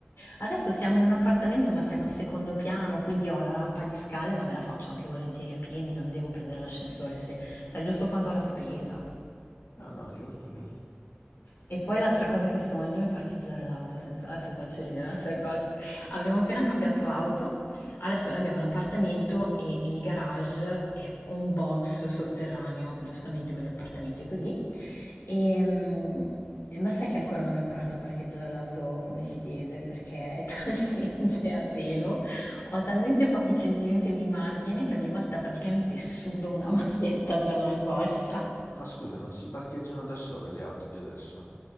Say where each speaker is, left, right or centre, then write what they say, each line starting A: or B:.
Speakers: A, on the left; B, on the left.
A: Adesso siamo in un appartamento ma siamo al secondo piano, quindi ho la rampa di scale ma me la faccio anche volentieri a piedi, non devo prendere l'ascensore se, sai, giusto quando ho la spesa.
B: No, no, giusto, giusto.
A: E poi l'altra cosa che sogno è parcheggiare l'auto senza... Adesso ti faccio ridere un'altra cosa. Abbiamo appena cambiato auto, adesso noi abbiamo l'appartamento e il garage è un box sotterraneo, giustamente quegli appartamenti così. Ehm, ma sai che ancora non ho imparato a parcheggiare l'auto come si deve perché è <laughs> talmente a pelo, ho talmente pochi centimetri di margine che ogni volta praticamente sudo una <laughs> maglietta per l'angoscia
B: Ma scusa, non si parcheggiano da sole le auto di adesso?